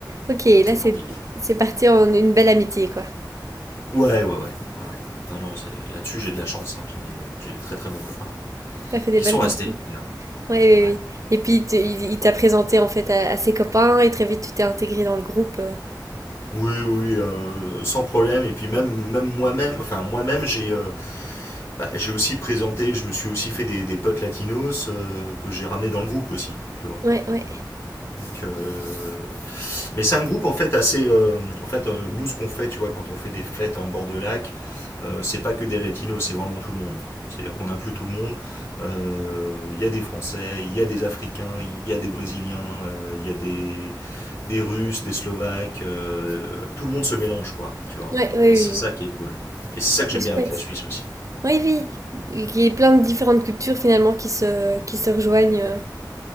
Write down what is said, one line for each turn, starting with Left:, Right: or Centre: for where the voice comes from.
Right: Ok, là,
Left: au
Right: c'est
Left: camping.
Right: c'est parti en une belle amitié, quoi.
Left: Ouais, ouais, ouais. ouais. ouais. Non, non, c'est- là-dessus j'ai de la chance, hein. j'ai des, j'ai des très très bons copains ouais.
Right: T'as fait des
Left: qui
Right: belles
Left: sont
Right: rencontres.
Left: restés. d'ailleurs.
Right: Oui, oui,
Left: Ouais.
Right: oui. Et puis il te- il- il t'a présenté en fait à, à ses copains et très vite tu t'es intégré dans le groupe. euh.
Left: Oui, oui, euh, sans problème. Et puis même, même moi-même, enfin moi-même, j'ai euh, bah, j'ai aussi présenté, je me suis aussi fait des, des potes latinos euh, que j'ai ramenés dans le groupe aussi, tu vois.
Right: Ouais, ouais,
Left: Donc, euh, Mais c'est un groupe en fait assez. euh, en fait, euh, nous, ce qu'on fait, tu vois, quand on fait des fêtes en bord de lac, euh, c'est pas que des latinos, c'est vraiment tout le monde. C'est-à-dire qu'on inclut tout le monde. Euh, Il y a des Français, il y a des Africains, il y a des Brésiliens, euh, il y a des, des Russes, des Slovaques. euh, tout le monde se mélange, quoi, tu vois.
Right: ouais, ouais, oui.
Left: Et c'est ça qui est cool. Et c'est ça
Right: oui.
Left: que j'aime
Right: C'est
Left: bien
Right: chouette.
Left: avec la Suisse aussi.
Right: Oui, oui. Il y a plein de différentes cultures finalement qui se, qui se rejoignent. euh.